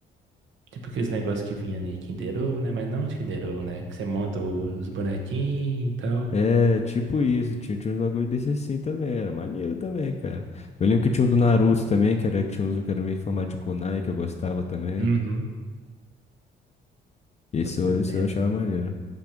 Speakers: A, on the right (about 75°); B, on the left (about 35°).
A: tipo aqueles negócios que vinha ali, Kinder Ovo, né? Mas não de Kinder Ovo, né? Que você monta o- os bonequinhos e tal.
B: É, tipo isso, tinha, tinha uns bagulho desse assim também, era maneiro também, cara. Eu lembro que tinha um do Naruto também, que era, tinha uns que era meio formado de kunai, que eu gostava também.
A: Uhum.
B: Esse,
A: Foi isso
B: eu-
A: o tempo,
B: esse eu achava maneiro.